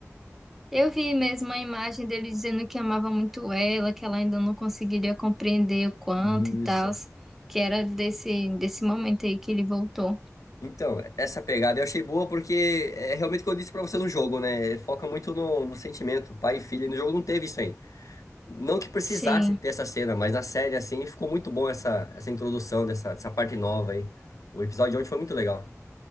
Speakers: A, in the centre; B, on the left.
A: Eu vi mesmo a imagem dele dizendo que amava muito ela, que ela ainda não conseguiria compreender o quanto
B: Isso.
A: e tal, que era desse, desse momento aí que ele voltou.
B: Então, essa pegada eu achei boa porque é realmente o que eu disse pra você no jogo, né? Foca muito no, no sentimento, pai e filha. E No jogo não teve isso aí. Não que precisasse
A: Sim,
B: ter essa cena, mas na série, assim, ficou muito bom essa, essa introdução dessa, dessa parte nova aí. O episódio de ontem foi muito legal.